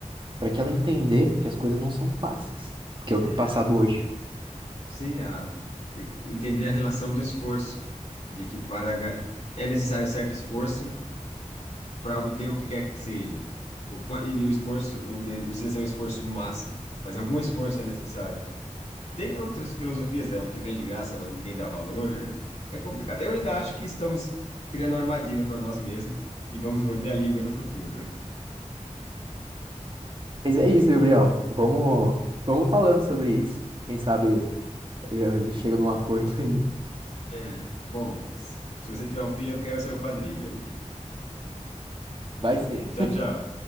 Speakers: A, on the right; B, on the left.
A: para que ela
B: Sim.
A: entender que as coisas não são fáceis, porque é o que
B: É,
A: tem passado hoje.
B: sim, a, entender a relação do esforço, de que para ga- é necessário certo esforço para obter o que quer que seja. O qua- E o esforço não de- não precisa ser um esforço máximo, mas algum esforço é necessário. Tem outras filosofias, é o que vem de graça, mas ninguém dá valor, né? É complicado. Eu ainda acho que estamos criando armadilha para nós mesmos e vamos morder a língua no futuro.
A: Mas é isso, Gabriel. Vamos, vamos falando sobre isso. Quem sabe eh, a gente chega num acordo <laughs> aí.
B: É. Bom, se se você tiver um filho, eu quero ser o padrinho, hein?
A: Vai ser.
B: Tchau, tchau.